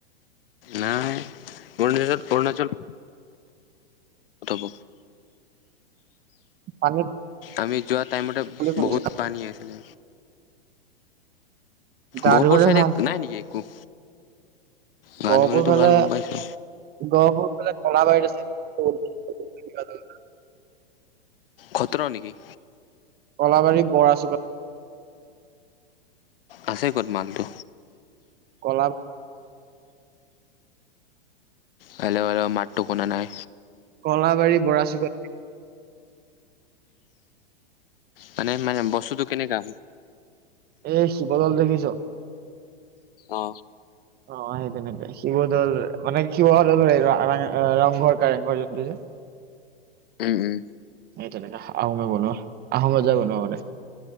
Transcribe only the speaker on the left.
নাই অৰুণাচ অৰুণাচল অথপ
আমি যোৱা টাইমতে
বহুত পানী হৈছিলে
গহপুৰ
চাইডে
নাই নেকি একো গা
ধুবলৈতো
ভাল গম পাইছো
খত্ৰ নেকি
আছে ক'ত মালটো
হলে হলেও মাতটো কোনা নাই
মানে মানে বস্তুটো কেনেককাা
অ
উম, উম।